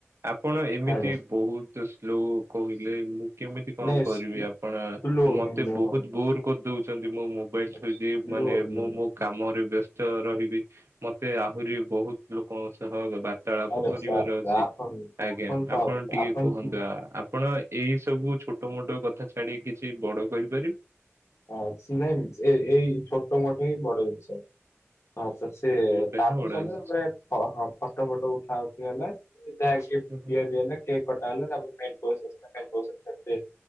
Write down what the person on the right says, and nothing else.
ଆପଣ ଏମିତି
ବହୁତ ସ୍ଲୋ କହିଲେ ମୁଁ କେମିତି କଣ
କରିବି
ଆ ପଣ ମତେ
ବହୁତ ବୋର କରିଦଉଚନ୍ତି ମୋ ମୋବାଇଲ ଥୋଇ
ଦେଇ ମାନେ
ମୁଁ ମୋ କାମରେ ବ୍ୟସ୍ତ ରହିବି ମତେ ଆହୁରି ବହୁତ ଲୋକଙ୍କ ସହ ବାର୍ତ୍ତାଳା
ପ କରିବାର
ଅଛି
ଆଜ୍ଞା
ଆପଣ ଟିକେ କୁହନ୍ତୁ
ଆ-ଆପଣ ଏଇ ସବୁ ଛୋଟ ମୋଟ କଥା ଛାଡି କିଛି ବଡ କହିପାରି
ଛୋଟ ମୋଟ
ହିଁ ବଡ
ଜିନିଷ।
ହଁ